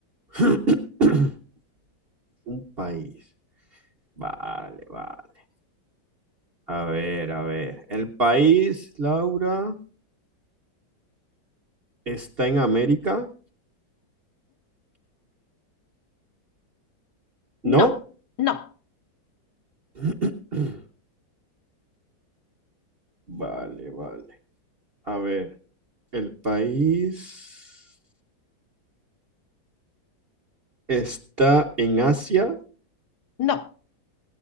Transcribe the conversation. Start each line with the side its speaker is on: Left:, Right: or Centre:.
Right: <clears throat> Un país. Vale, vale. A ver, a ver. El país, Laura, está en América, ¿no?
Left: No, no,
Right: <clears throat> Vale, vale. A ver, el país está en Asia.
Left: no.